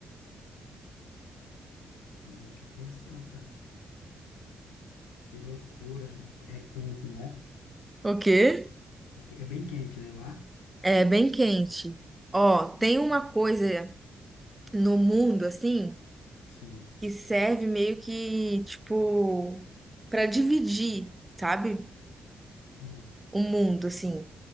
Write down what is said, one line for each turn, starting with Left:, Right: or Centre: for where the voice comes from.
Left: Deixa eu pensar, cara. Que loucura. É, é quente, né?
Right: O quê?
Left: É bem quente, né? Lá?
Right: É bem quente. Ó, tem uma coisa no mundo assim
Left: Sim.
Right: que serve meio que tipo para dividir, sabe?
Left: Hum,
Right: O mundo assim,